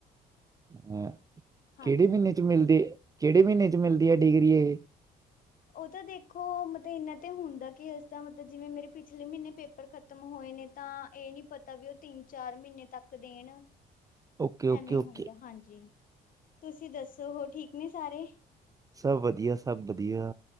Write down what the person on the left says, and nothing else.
ਹਾਂਜੀ।
ਉਹ ਤਾਂ ਦੇਖੋ ਮਤਲਬ ਇਨਾ ਤੇ ਹੁੰਦਾ ਕਿ ਇਸਦਾ ਮਤਲਬ ਜਿਵੇਂ ਮੇਰੇ ਪਿਛਲੇ ਮਹੀਨੇ ਪੇਪਰ ਖ ਖ਼ਤਮ ਹੋਏ ਨੇ ਤਾਂ ਇਹ ਨੀ ਪਤਾ ਵੀ ਉਹ ਤਿੰਨ ਚਾਰ ਮਹੀਨੇ ਤੱਕ ਦੇਣ।
ਐਵੇਂ
ਹੁੰਦਾ ਹਾਂਜੀ ਤੁਸੀਂ ਦੱਸੋ ਹੋ ਠੀਕ ਨੇ ਸਾਰੇ।